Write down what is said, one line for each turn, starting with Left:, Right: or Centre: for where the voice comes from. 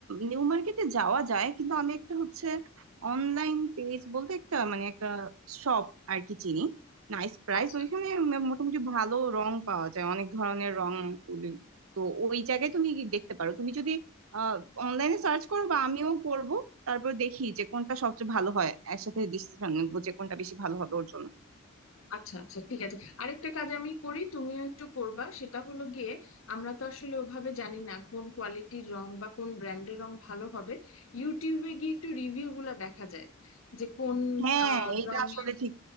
Right: নিউ মার্কেটে যাওয়া যায় কিন্তু আমি একটা হচ্ছে অনলাইন পেজ বলতে একটা মানে একটা শপ আর কি চিনি নাইস প্রাইস
Left: আচ্ছা
Right: ওইখানে ম- মোটামুটি ভালো রং পাওয়া যায় অনেক ধরনের রং তুলি তো ওই জায়গায় তুমি কি দেখতে পারো তুমি যদি আহ অনলাইনে সার্চ করো বা আমিও করব তারপর দেখি যে কোনটা সবচেয়ে ভালো হয় একসাথে ডিসিশন নেবো যে কোনটা বেশি ভালো হবে ওর জন্য
Left: আচ্ছা আচ্ছা ঠিক আছে আরেকটা কাজ আমি করি তুমিও একটু করবা সেটা হলো গিয়ে আমরা তো আসলে ওভাবে জানি না কোন কোয়ালিটির রং বা কোন ব্র্যান্ডের রং ভালো হবে ইউটিউবে গিয়ে একটু রিভিউ গুলা দেখা যায় যে কোন
Right: হ্যাঁ
Left: আহ,
Right: এটা
Left: রঙের
Right: আসলে ঠিক